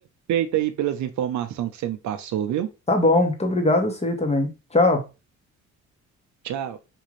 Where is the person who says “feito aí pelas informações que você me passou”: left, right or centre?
Right